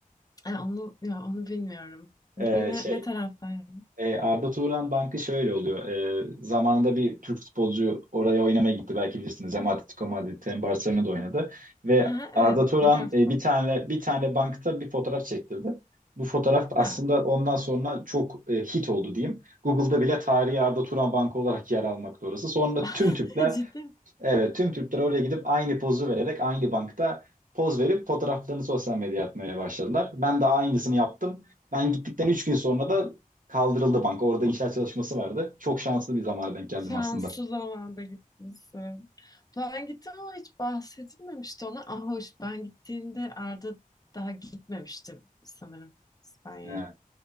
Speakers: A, on the left; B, on the right.
A: E, onu ya onu bilmiyorum.
B: E,
A: Ne
B: şey
A: ne taraftaydın?
B: e, Arda Turan Bankı şöyle oluyor. E, zamanında bir Türk futbolcu oraya oynamaya gitti belki bilirsiniz. Hem Atletico Madrid hem Barcelona'da oynadı ve
A: Ha, evet
B: Arda Turan
A: biliyorum futbolcu.
B: e, bir tane bir tane bankta bir fotoğraf çektirdi. Bu fotoğraf aslında
A: Ha.
B: ondan sonra çok e, hit oldu diyeyim. Google'da bile tarihi Arda Turan Bankı olarak yer almakta orası. Sonra
A: <laughs>
B: tüm Türkler
A: Ciddi. mi?
B: Evet, tüm Türkler oraya gidip aynı pozu vererek aynı bankta poz verip fotoğraflarını sosyal medyaya atmaya başladılar. Ben de aynısını yaptım. Ben gittikten 3 gün sonra da kaldırıldı bank. Orada inşaat çalışması vardı. Çok şanslı bir zamana denk geldim
A: Şanslı
B: aslında.
A: zamanda gitmişsin. Ben gittim ama hiç bahsedilmemişti ona. Ah hoş ben gittiğimde Arda daha gitmemiştim sanırım İspanya'ya.
B: He,